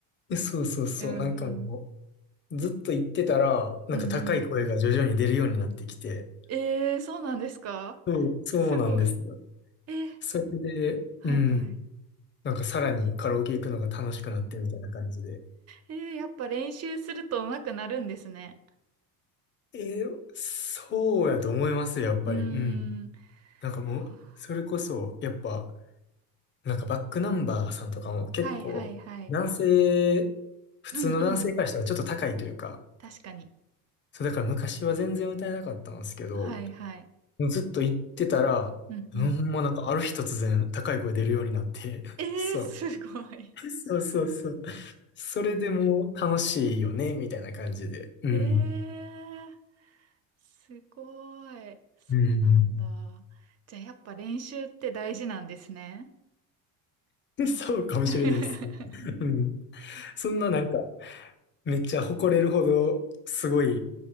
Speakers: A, on the left; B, on the right.
A: え、そうそうそう。
B: うんうん。
A: なんかもう、ずっと言ってたら、なんか高い声が徐々に出るようになってきて、
B: うんうん。えー、そうなんですか
A: そう、そうなんですよ。
B: すごい。えー、
A: それで、
B: はいはい。
A: うん。なんかさらにカラオケ行くのが楽しくなってみたいな感じで。
B: えー、やっぱ練習すると上手くなるんですね。
A: えーそうやと思いますよ、やっぱり。
B: うーん。
A: うん。なんかもう、
B: あ
A: それこそ、やっぱ、なんかバックナンバーさんとかも結構、
B: ーはいはいはい。
A: 男性、普通の男性からしたらちょっと高いというか、
B: うんうん。確かに。
A: そうだから昔は全然歌えなかったんですけど、
B: はいはい。
A: ずっと行ってたら、
B: うんうん。
A: うんほんまなんかある日突然高い声出るようになって、<laughs>
B: えー、
A: そ
B: すごい。
A: う、そうそうそう。それでもう楽しいよね、みたいな感じで。うん。
B: えー、すごい。そうなんだ。
A: うん。
B: じゃあやっぱ練習って大事なんですね。
A: <laughs> そうかもしれないですね。
B: <laughs> は
A: うん。そんななんか、めっちゃ誇れるほど、すごい、